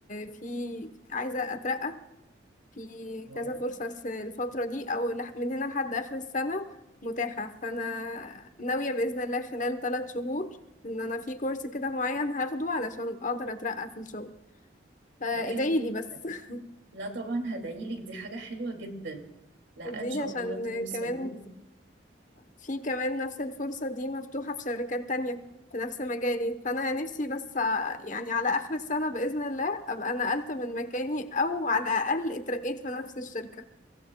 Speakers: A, on the left; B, on the right.
A: في عايزه اترقى في
B: واو
A: كذا فرصه الس- الفتره دي او لح- من هنا لحد اخر السنه متاحه فانا ناويه باذن الله خلال ثلاث شهور ان انا في كورس كده معين هاخده علشان اقدر اترقى في الشغل فادعيلي
B: حاجة حلوة
A: بس
B: كده
A: <laughs>
B: لا طبعا هدعيلك دي حاجة حلوة جدا لا
A: ادعيلي
B: ان شاء
A: عشان
B: الله توصلي
A: كمان
B: له
A: في كمان نفس الفرصة دي مفتوحة في شركات تانية في نفس مجالي فأنا نفسي بس ع- يعني على آخر السنة بإذن الله أبقى نقلت من مكاني أو على الأقل اترقيت في نفس الشركة